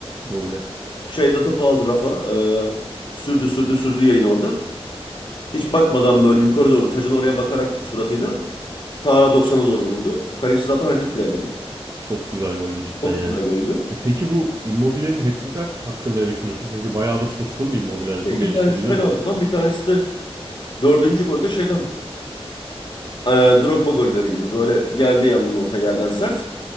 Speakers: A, on the right; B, on the left.
A: Immobile.
B: Şey de topu aldı Rafa. E, sürdü sürdü sürdü yayın orada. Hiç bakmadan böyle yukarı doğru taşın oraya bakarak suratıyla Ta 90'a doğru vurdu. Kaleci zaten hareket bile edemedi.
A: Çok güzel goldü cidden
B: Çok
A: yani.
B: güzel goldü.
A: E peki bu Immobile'nin hat-trick'i haç- hakkında ne düşünüyorsun? Çünkü bayağıdır suskundu Immobile. Hani çok
B: Ve iki
A: eleştiriliyordu.
B: tanesi penaltıdan bir tanesi de dördüncü golde şeyden e, Drogba golleri gibi böyle geldiği yandan orta yerden sert.